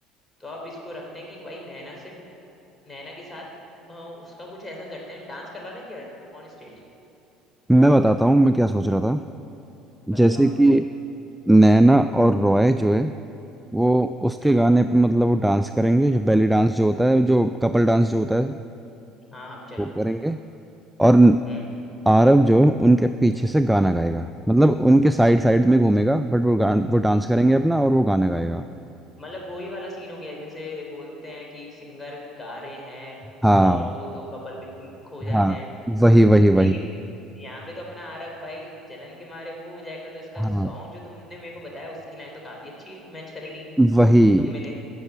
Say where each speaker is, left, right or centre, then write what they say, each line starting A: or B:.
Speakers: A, on the left; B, in the centre.
A: तो अब इसको रखते हैं कि भाई नैना से नैना के साथ अ, उसका कुछ ऐसा करते हैं डांस करवा दें क्या ऑन स्टेज
B: मैं बताता हूँ मैं क्या सोच रहा था
A: बताओ
B: जैसे कि नैना और रॉय जो है वो उसके
A: हम्म
B: गाने पे मतलब वो डांस करेंगे जो बेली डांस जो होता है जो कपल डांस जो होता है
A: हाँ हाँ चलो
B: वो करेंगे और
A: हम्म
B: आरव जो है उनके पीछे से गाना गाएगा मतलब उनके साइड साइड में घूमेगा बट वो गान, वो डांस करेंगे अपना और वो गाना गाएगा
A: मतलब वही वाला सीन हो गया जैसे बोलते हैं कि सिंगर गा रहे हैं
B: हाँ
A: और वो दो कपल बिल्कुल खो जाते
B: हाँ
A: हैं
B: वही वही वही
A: लेकिन यहाँ पे तो अपना आरव भाई जलन के मारे वो हो जाएगा तो इसका
B: हाँ
A: सॉन्ग जो तुमने मेरे को बताया उसकी लाइन तो काफी अच्छी मैच करेंगी
B: वही
A: तुम मिले